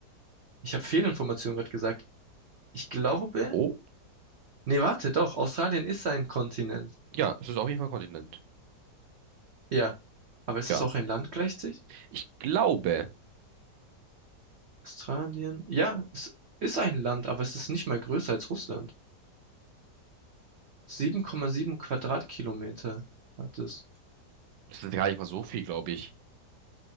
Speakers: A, on the right; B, on the right.
A: Ich habe Fehlinformation gerade gesagt. Ich glaube,
B: Oh,
A: nee, warte, doch, Australien ist ein Kontinent.
B: ja, es ist auf jeden Fall ein Kontinent.
A: Ja, aber ist
B: Ja.
A: es auch ein Land gleichzeitig?
B: Ich glaube,
A: Australien, ja, es ist ein Land, aber es ist nicht mal größer als Russland. 7,7 Quadratkilometer hat es.
B: es ist gar nicht mal so viel, glaube ich.